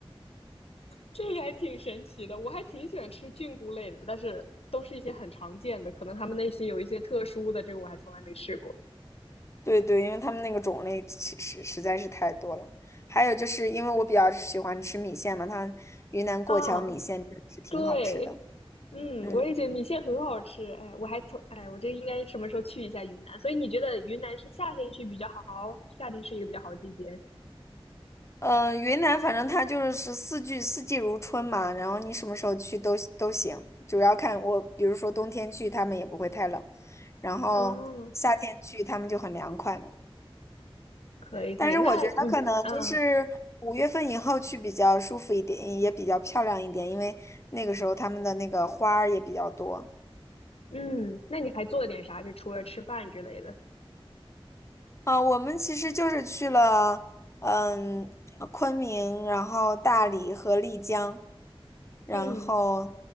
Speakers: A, on the left; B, on the left.
A: 这个还挺神奇的。我还挺喜欢吃菌菇类的，但是都是一些很常见的，可能他们那些有一些特殊的，这个我还从来没试过
B: <laughs> 对对，因为他们那个种类其实实在是太多了。还有就是因为我比较喜欢吃米线嘛，它云南过桥米线真的是挺好吃的。
A: 啊。对，嗯，
B: 嗯。
A: 我也觉得米线很好吃。哎，我还从哎，我这应该什么时候去一下云南？所以你觉得云南是夏天去比较好？夏天是一个比较好的季节。
B: 嗯、呃云南反正它就是是四季四季如春嘛，然后你什么时候去都都行，主要看我，比如说冬天去，他们也不会太冷，然后夏天去，
A: 哦，
B: 他们就很凉快嘛。
A: 可以可以。
B: 但是我觉得可能就是五月份以后去比较舒服一点，
A: 那你啊，
B: 也比较漂亮一点，因为那个时候他们的那个花儿也比较多。
A: 嗯，那你还做了点啥？就除了吃饭之类的。
B: 啊，我们其实就是去了，嗯，昆明，然后大理和丽江，然后
A: 嗯